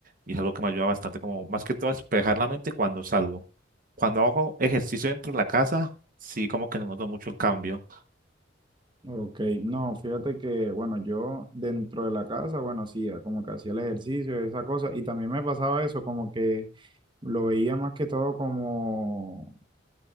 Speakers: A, on the right; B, on the right.
A: y es algo que me ayuda bastante, como más que todo a despejar la mente cuando salgo. Cuando hago ejercicio dentro de la casa, sí como que noto mucho el cambio.
B: Ok, no, fíjate que, bueno, yo dentro de la casa, bueno, hacía como que hacía el ejercicio, esa cosa, y también me pasaba eso, como que lo veía más que todo como,